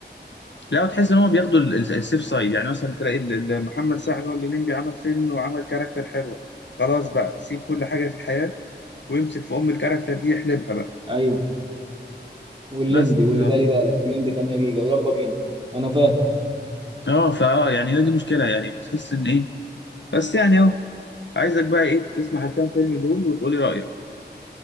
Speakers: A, on the left (about 80°); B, on the right (about 30°).
A: لا وتحس ان هو بياخدوا ال- ال- السيف سايد يعني مثلا تلاقي ال- ال- محمد سعد ولا الليمبي عمل فيلم وعمل كاركتر حلوه خلاص بقى سيب كل حاجه في الحياه ويمسك في ام الكاركتر دي يحلبها بقى
B: ايوه والليمبي
A: بس ف
B: واللي بالي بالك والليمبي 8 جيجا ويلا بينا انا فاهم
A: اه فا آه، يعني هي دي مشكله يعني بتحس ان ايه بس يعني اهو عايزك بقى ايه تسمع الكام فيلم دول وتقولي رايك